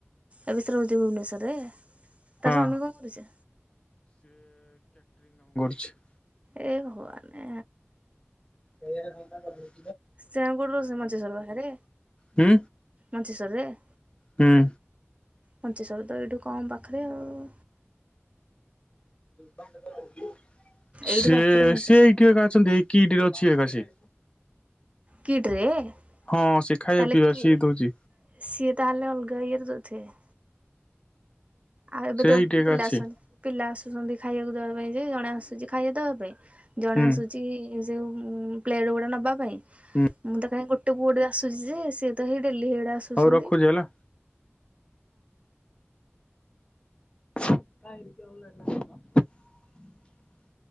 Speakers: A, on the right (about 30°); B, on the left (about 25°).
A: ଏବେ ସେ ରହୁଛି ଭୁବନେଶ୍ୱର ରେ ତା
B: ହଁ।
A: ସ୍ମୀ କଣ କରୁଛି?
B: ଛି <inaudible>
A: ଏଇ ଭ ଆାନ
B: ସେଇଆ କଟା କର <inaudible>
A: ସେହଁଗଡ଼ଡରୁ ସେ ମଞ୍ଚେଶ୍ଵର ପାଖରେ
B: ହୁଁ
A: ମଞ୍ଚେଶ୍ରରେ <inaudible>
B: ହୁଁ।
A: ମଞ୍ଚେସ୍ଵର ତ ଏଇଠୁ କମ୍ ପାଖରେ ଆଉ
B: ଛି <inaudible> ସିଏ
A: ଏଇଠୁ ପାଖରେ ମଞ୍ଚେଶ୍ଵର
B: ସେିଏ ଏଇଠି ଏକ ଏକା ଅଛନ୍ତି ଏଇ କିି ଏଇଠିରେ ଅଛି ଏକା ସେ
A: କିଟରେ <inaudible>
B: ହଁ ସେ ଖାଇବା
A: ତାହେଲ
B: ପିଇବା
A: କିସିଏ
B: ସିଏ ଦଉଛି
A: ତାହଲେ ଅଲଗାଈଏରେ ଜଦି ଠେ <inaudible> ଆଉ ଏବେ
B: ସେ
A: ତ
B: ଏଇଠି ଏକା
A: ପିଲା
B: ଅଛି
A: ଆସନ୍ତି ପିଲା ଆସୁଛନ୍ତି ଖାଇବାକୁ ବା ପାଇଁ ଯେ ଜଣେ ଆସୁଛି ଖାଇବା ଦେବା ପାଇଁ ଜଣେ
B: ହୁଁ
A: ଆସୁଛି, ଯଉ ପ୍ଲେଟ ଗୁଡା ନବା ପାଇଁ
B: ହୁଁ
A: ମୁଁ ତ କାଇଁ ଗୋଟେ ପୁଅଟେ ଆସୁଛି ଯେ ସ ତଇ ଡେଲି ହିଆଡେ ଆସୁଛନ୍ତି।
B: ହଉ ରଖୁଛି ହେଲା। <inaudible>